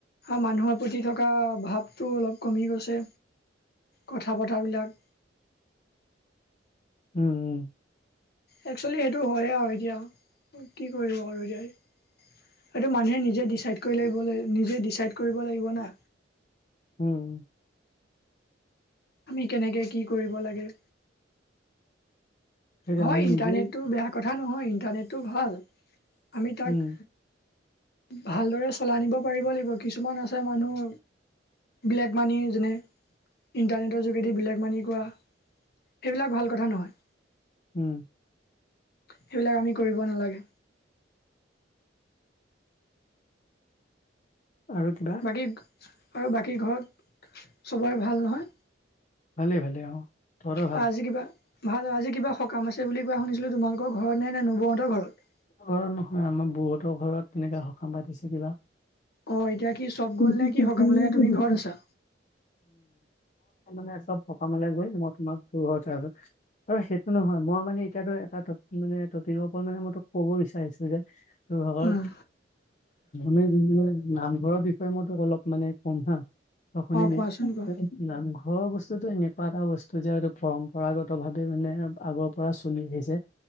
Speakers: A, on the left (about 60°); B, on the left (about 40°).
A: মানুহৰ প্ৰতি থকা ভাৱটো অলপ কমি গৈছে। কথা পতাবিলাক
B: উম উম।
A: একচোৱেলি সেইটো হয় আৰু এতিয়া কি কৰিব আৰু এতিয়া। এইটো মানুহে নিজে ডিচাইড কৰি লাগিব লাগ নিজে ডিচাইড কৰিব লাগিব না?
B: উম।
A: আমি কেনেকে কি কৰিব লাগে
B: সেইটো
A: হয়'
B: আমি
A: ইণ্টাৰনেটটো
B: নিজেই
A: বেয়া কথা নহয়। ইণ্টাৰনেটটো ভাল আমি তাক
B: উম
A: ভালদৰে চলাই নিব পাৰিব লাগিব কিছুমান আছে মানুহ ব্লেক মানি যেনে, ইণ্টাৰনেটৰ যোগেদি ব্লেক মানি কোৱা এইবিলাক ভাল কথা নহয়।
B: উম।
A: সেইবিলাক আমি কৰিব নালাগে।
B: আৰু কিবা?
A: বাকী আৰু বাকী ঘৰত চবৰে ভাল নহয়?
B: ভালে ভালে অ। তহঁতৰ ভাল
A: অ' আজি কিবা ভাল আজি কিবা সকাম আছে বুলি কোৱা শুনিছিলো তোমালোকৰ ঘৰত নে নে নৱৌহতৰ ঘৰত?
B: ঘৰত নহয় আমাৰ বহুতৰ ঘৰত তেনেকা সকাম পাতিছে কিবা!
A: অ এতিয়া কি চব
B: <unintelligible>
A: গ'ল নে কি সকামলে নে তুমি ঘৰত আছা
B: মানে চব সকামলে গৈ মই তোমাক দূৰ হ তাৰপিছত আৰু সেইটো নহয় মই মানে এতিয়াতো এটা মানে তৰ পৰত মানে মই তো ক'ব বিচাৰিছিলো যে তোৰ ভাগত
A: উম
B: ম নামঘৰৰ বিষয়ে মইতো অলপ মানে ক'ম হা। অ' শুনিবি,
A: কোৱাচোন কোৱা
B: নামঘৰ বস্তু বস্তুতো এনেকুৱা এটা বস্তু যে হয়টো পৰম্পৰাগতভাৱে মানে আগৰ পৰা চলি আহিছে।